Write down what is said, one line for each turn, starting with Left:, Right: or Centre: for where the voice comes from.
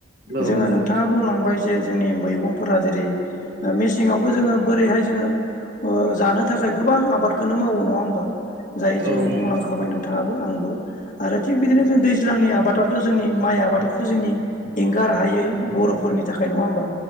Right: औ
Left: जोङो
Right: औ नंगौ
Left: नोंथाङा बुंलांबाय जे जोंनि मैगंफोरा जेरै मेसेंङावबो जोङो बोरैहाय जोङो ओ जानो थाखाय गोबां आबादखौनो मावो नङा होमबा जाय जोङो
Right: औ
Left: बुंलांखाबाय नोंथाङाबो आंबो आरो थिग बिदिनो जों दैज्लांनि आबादाथ' जोंनि माइ आबादाथ' जोंनि एंगार हायै बर'फोरनि थाखाय नङा होमबा